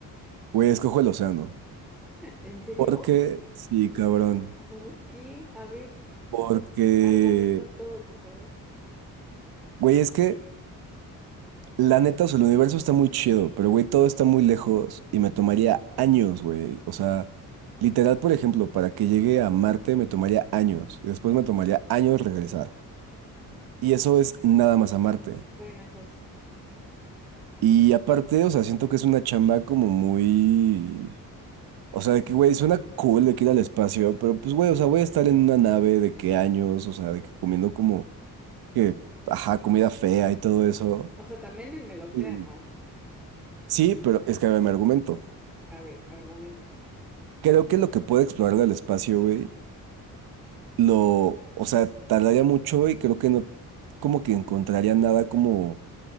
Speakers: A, on the right; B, in the centre.
A: Güey, escojo el océano.
B: ¿En serio?
A: Porque, sí, cabrón.
B: ¿Por qué? A ver,
A: Porque,
B: argumenta todo, por favor.
A: güey, es que la neta, o sea, el universo está muy chido, pero, güey, todo está muy lejos y me tomaría años, güey. O sea, literal, por ejemplo, para que llegue a Marte me tomaría años y después me tomaría años regresar. Y eso es nada más a Marte.
B: Bueno, eso sí.
A: Y aparte, o sea, siento que es una chamba como muy... O sea, de que, güey, suena cool de que ir al espacio, pero pues, güey, o sea, voy a estar en una nave de qué años, o sea, de que comiendo como que, ajá, comida fea y todo eso.
B: O sea, también en el océano.
A: Y sí, pero es que me argumento.
B: A ver, argumenta.
A: Creo que lo que puede explorar del espacio, güey, lo, o sea, tardaría mucho y creo que no, como que encontraría nada como